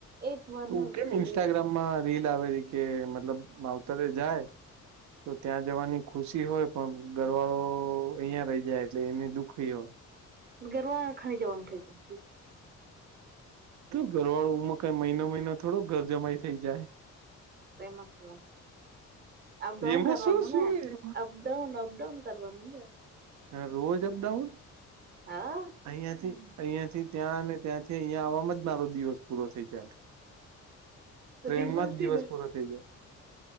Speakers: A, on the right; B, on the right.
A: એક વારનું
B: તું કેમ
A: જ ખાલી.
B: ઇન્સ્ટાગ્રામમાં રીલ આવેલી કે મતલબ માવતરે જાય તો ત્યાં જવાની ખુશી હોય. પણ ઘરવાળો અહિયાં રહી જાય એટલે એને દુખી હોય.
A: ગરવા ખાઈ જવાનુ કેજે
B: ઘરવાળુંમાં કઈ મહિનો મહિનો થોડો ઘર જમાઈ થઇ જાય.
A: એમાં શું. અપડાઉન
B: એમાં
A: કરવાનું
B: શું શું
A: ને અપડાઉન અપડાઉન કરવાનું ને.
B: હ રોજ અપડાઉન.
A: હા.
B: અહિયાં થી અહિયાં થી ત્યાં ત્યાંથી અહિયાયા આવવામાં મારો દિવસ પૂરો થઈ જાય. ટ્રેનમાં
A: દિવસથી
B: જ દિવસ
A: ને
B: પૂર થઈ જાય.